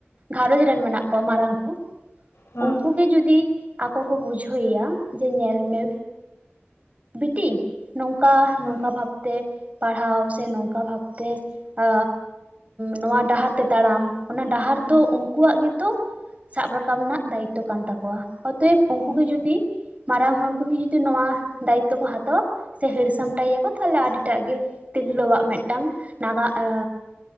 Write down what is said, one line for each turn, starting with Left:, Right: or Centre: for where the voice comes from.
Right: ᱜᱷᱟᱨᱚᱸᱡᱽ ᱨᱮᱱ ᱢᱮᱱᱟᱜ ᱠᱚᱣᱟ ᱢᱟᱨᱟᱝ ᱠᱚ
Left: ᱦᱩᱸ
Right: ᱩᱱᱠᱩ ᱜᱮ ᱡᱩᱫᱤ ᱟᱠᱚ ᱠᱚ ᱵᱩᱡᱷᱟᱹᱣ ᱮᱭᱟ ᱡᱮ ᱧᱮᱞ ᱢᱮ ᱵᱤᱴᱤ ᱱᱚᱝᱠᱟ
Left: ᱦᱩᱸ
Right: ᱱᱚᱝᱠᱟ ᱵᱷᱟᱵᱛᱮ ᱯᱟᱲᱦᱟᱣ ᱥᱮ ᱱᱚᱝᱠᱟ ᱵᱷᱟᱵᱛᱮ ᱟ ᱱᱚᱣᱟ ᱰᱟᱦᱟᱨ ᱛᱮ ᱛᱟᱲᱟᱢ ᱾ ᱚᱱᱟ ᱰᱟᱦᱟᱨ ᱛᱚ
Left: ᱦᱩᱸ
Right: ᱩᱱᱠᱩᱣᱟᱜ ᱜᱮᱛᱚ ᱥᱟᱵ ᱨᱟᱠᱟᱵ ᱨᱮᱱᱟᱜ ᱫᱟᱭᱤᱛᱛᱚ ᱠᱟᱱ ᱛᱟᱠᱚᱣᱟ ᱾ ᱚᱛᱚᱭᱮᱵ ᱩᱱᱠᱩ
Left: ᱦᱩᱸ
Right: ᱜᱮ ᱡᱩᱫᱤ ᱢᱟᱨᱟᱝ ᱦᱚᱲ ᱠᱚᱜᱮ ᱡᱩᱫᱤ ᱱᱚᱣᱟ ᱫᱟᱭᱤᱛᱛᱚ ᱠᱚ ᱦᱟᱛᱟᱣᱟ ᱥᱮ ᱦᱟᱹᱨ ᱥᱟᱢᱴᱟᱭ ᱮᱭᱟᱠᱚ ᱛᱟᱦᱚᱞᱮ ᱟᱹᱰᱤᱴᱟᱜ ᱜᱮ ᱛᱤᱨᱞᱟᱹᱣᱟᱜ ᱢᱤᱫᱴᱟᱝ ᱱᱟᱜᱟ ᱟ